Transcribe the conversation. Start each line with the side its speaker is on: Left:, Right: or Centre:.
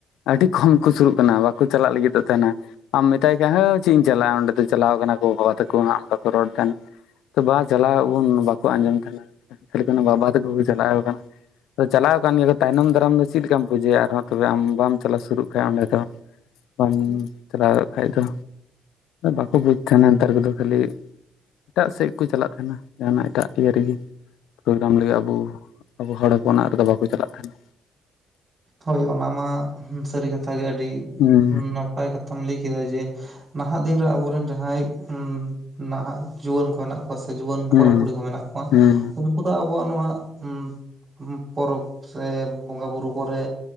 Left: ᱟᱹᱰᱤ ᱠᱚᱢ ᱠᱚ ᱥᱩᱨᱩᱜ ᱠᱟᱱᱟ ᱵᱟᱠᱚ ᱪᱟᱞᱟᱜ ᱞᱟᱹᱜᱤᱫᱚᱜ ᱠᱟᱱᱟ ᱟᱢ ᱢᱮᱛᱟᱭ ᱠᱷᱟᱡ ᱦᱟᱴ ᱪᱮᱫ ᱤᱧ ᱪᱟᱞᱟᱜᱼᱟ ᱚᱸᱰᱮ ᱫᱚ ᱪᱟᱞᱟᱣ ᱠᱟᱱᱟ ᱠᱚ ᱵᱟᱵᱟ ᱛᱟᱠᱚ ᱚᱱᱠᱟ ᱠᱚ ᱨᱚᱲ ᱛᱟᱦᱮᱸᱱ ᱛᱚ ᱵᱟ ᱪᱟᱞᱟᱣ ᱟᱵᱚᱱ ᱵᱟᱠᱚ ᱟᱸᱡᱚᱢ ᱛᱟᱦᱮᱱᱟ ᱠᱷᱟᱹᱞᱤ ᱠᱚ ᱵᱟᱵᱟ ᱛᱟᱠᱚ ᱠᱚ ᱪᱟᱞᱟᱣ ᱠᱟᱱᱟ ᱟᱫᱚ ᱪᱟᱞᱟᱣ ᱠᱟᱱ ᱜᱮᱭᱟ ᱠᱚ ᱛᱟᱭᱱᱚᱢ ᱫᱟᱨᱟᱢ ᱫᱚ ᱪᱮᱫ ᱞᱮᱠᱟᱢ ᱯᱩᱡᱟᱹᱭᱟ ᱟᱨ ᱦᱚᱸ ᱛᱚᱵᱮ ᱟᱢ ᱵᱟᱢ ᱪᱟᱞᱟᱣ ᱥᱩᱨᱩᱜ ᱠᱷᱟᱱ ᱚᱸᱰᱮ ᱫᱚ ᱵᱟᱢ ᱪᱟᱞᱟᱣ ᱮᱫ ᱠᱷᱟᱡ ᱫᱚᱼᱼ ᱵᱟᱠᱚ ᱵᱩᱡᱽ ᱛᱟᱦᱮᱱᱟ ᱱᱮᱛᱟᱨ ᱠᱚᱫᱚ ᱠᱷᱟᱹᱞᱤ ᱮᱴᱟᱜ ᱥᱮᱫ ᱠᱚ ᱪᱟᱞᱟᱜ ᱛᱟᱦᱮᱱᱟ ᱡᱟᱦᱟᱱᱟᱜ ᱮᱴᱟᱜ ᱤᱭᱟᱹ ᱨᱮᱜᱮ ᱾ ᱯᱨᱳᱜᱨᱟᱢ ᱞᱟᱹᱜᱤᱫ ᱟᱵᱚ ᱟᱵᱚ ᱦᱚᱲ ᱦᱚᱯᱚᱱᱟᱜ ᱨᱮᱫᱚ ᱵᱟᱠᱚ ᱪᱟᱞᱟᱜ ᱠᱟᱱᱟ ᱾
Right: ᱦᱳᱭ ᱚᱱᱟ ᱢᱟ ᱥᱟᱹᱨᱤ ᱠᱟᱛᱷᱟ ᱜᱮ ᱟᱹᱰᱤ
Left: ᱦᱩᱸ
Right: ᱱᱟᱯᱟᱭ ᱠᱟᱛᱷᱟᱢ ᱞᱟᱹᱭ ᱠᱮᱫᱟ, ᱡᱮ ᱱᱟᱦᱟᱜ ᱫᱤᱱᱨᱮ ᱟᱵᱚᱨᱮᱱ ᱡᱟᱦᱟᱸᱭ ᱩᱸ ᱱᱟᱦᱟᱜ ᱡᱩᱣᱟᱹᱱ ᱠᱚ ᱦᱮᱱᱟᱜ ᱠᱚᱣᱟ ᱥᱮ ᱡᱩᱣᱟᱹᱱ
Left: ᱦᱩᱸ
Right: ᱠᱚᱲᱟ ᱠᱩᱲᱤ ᱠᱚ ᱢᱮᱱᱟᱜ ᱠᱚᱣᱟ
Left: ᱦᱩᱸ
Right: ᱩᱱ ᱩᱱᱠᱩ ᱫᱚ ᱟᱵᱚᱣᱟᱜ ᱱᱚᱣᱟ ᱩᱸ ᱯᱚᱨᱚᱵᱽ ᱥᱮ ᱵᱚᱸᱜᱟ ᱵᱩᱨᱩ ᱠᱚᱨᱮ